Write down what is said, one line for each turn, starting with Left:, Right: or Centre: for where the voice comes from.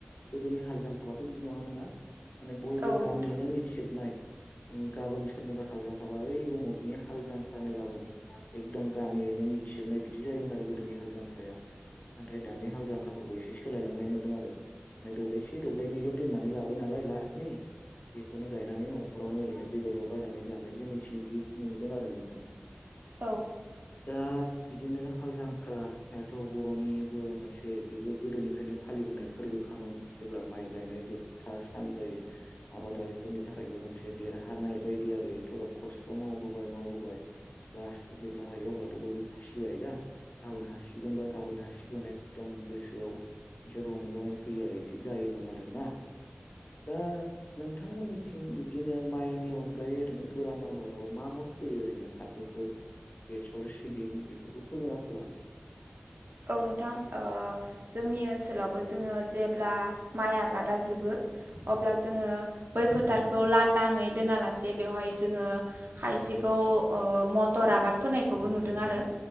Left: गोदोनि हाल जांख्राबाथ' बिदि नङामोन ना। माने बयबो
Right: औ
Left: गामियैनो
Right: नोंथां
Left: मिथिजोबनाय गाबोन। फोरनिबो हाल जांख्राबा ओइ उमुखनि हाल जांख्रानो गाबोन एकदम गामियैनो मिथिजोबनाय बिदि जायो। आरो गोदोनि हाल जांख्राया। नाथाय दानि हाल जांख्राफोरखौ एसे सोलायलांनाय नुदों आरो माने दब्लायसे दब्लायनैल' दोननानै लाबाय नालाय। लासनि बेखौनो गायनानै न'खरावनो ओरैनो बेदरल'। बायनानै जानाय जोंनिथिं इदि नुदों आरो नोंथां।
Right: औ।
Left: दा। बिदिनो हाल जांख्राथ' होनायाथ' बर'निबो मोनसे बेबो गोदोनिफ्रायनो फालिबोनाय फोरबो। खामोन जेब्ला माइ गायनाय जोबथा सान जायो आबारिफोरनि थाखायबो मोनसे देरहानाय बोय। बिदि आरो एथ'ग्राब खस्थ' मावबोबाय मावबोबाय। लास्ट जेब्ला हायो अब्लाथ' बयबो खुसि जायो दा। गाबोन हासिगोन बा गाबोन हासिगोन एकदम गोसोआव मोनसे रंजानाय फैयो आरो इदि जायोमोन आरो ना दा नोंथांमोननिथिं इदिनो माइनि अन गायै ओरैनो गोरान आबादाव मा मा फैयो ओरैनो फाथोफोर बेसर सिबिं बेफोरखौ फोगोनना फोआ?
Right: औ नोंथां ओ जोंनि ओनसोलावबो जोङो जेब्ला माइ आबादा जोबो अब्ला जोङो बै फोथारखौ लांनदाङै दोनालासे बेवहाय जोङो खायसेखौ अ मटर आबाद फोनायखौबो नुदों आरो